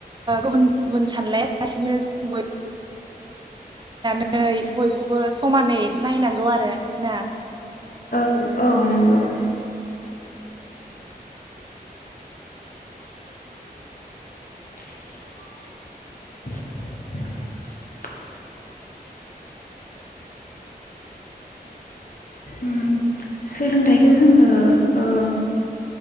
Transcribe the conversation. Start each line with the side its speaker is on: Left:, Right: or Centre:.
Right: गुबुन गुबुन सानलायालासिनो जों बय नै बयखौबो समानै नायनांगौ आरो ना
Left: औ नंगौ औ <inaudible> उम सोलोंथाइखौ जोङो ओम